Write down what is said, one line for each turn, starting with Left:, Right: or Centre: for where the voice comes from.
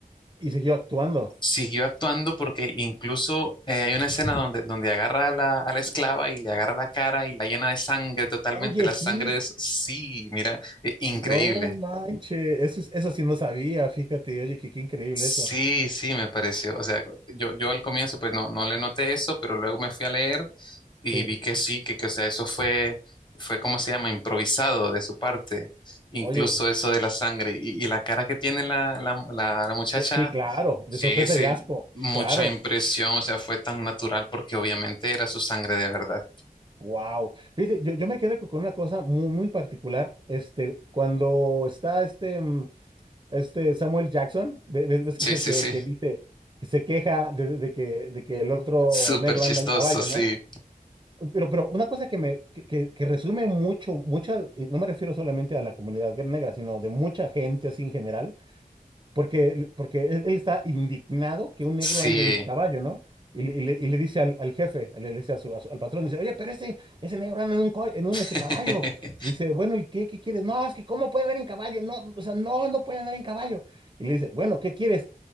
Right: Y siguió actuando.
Left: Siguió actuando porque incluso eh, hay una escena donde, donde agarra a la, a la esclava y le agarra la cara y la llena de sangre totalmente.
Right: Oye,
Left: La
Right: sí,
Left: sangre es, sí, mira, eh, increíble.
Right: no manches. Eso, es- eso sí no sabía, fíjate. Oye, qué, qué increíble
Left: Sí,
Right: eso.
Left: sí, me pareció. O sea, yo, yo al comienzo pues no, no le noté eso, pero luego me fui a leer Y
Right: Sí,
Left: vi que sí, que, que, o sea, eso fue, fue, ¿cómo se llama? Improvisado de su parte. Incluso
Right: oye,
Left: eso de la sangre. Y, y la cara que tiene la, la, la, la muchacha,
Right: de- sí, claro, de
Left: sí,
Right: sorpresa
Left: sí,
Right: y asco,
Left: mucha
Right: claro.
Left: impresión. O sea, fue tan natural porque obviamente era su sangre de verdad.
Right: Wow. Fíjate, yo, yo me quedé con con una cosa muy, muy particular. Este, cuando está este, mm, Este Samuel Jackson, ve- ve- ves
Left: Sí,
Right: que es el
Left: sí,
Right: que,
Left: sí.
Right: el que dice, que se queja de, de que, de que el otro
Left: Súper
Right: negro
Left: chistoso,
Right: anda en caballo,
Left: sí.
Right: ¿no? Pero, pero una cosa que me que, que- que resume mucho, mucha, y no me refiero solamente a la comunidad negra, sino de mucha gente así en general, porque, porque él, él está indignado que un
Left: Sí.
Right: negro ande en caballo, ¿no? Y, le, y le- y le dice al, al jefe, le, le dice a su, a su- al patrón, dice, oye, pero ese, ese negro anda en un, co- en un
Left: <laughs>
Right: este caballo. Y dice, bueno, ¿y qué, qué quieres? No, es que ¿cómo puede andar en caballo? No, o sea, no, no puede andar en caballo. Y le dice, bueno, ¿qué quieres?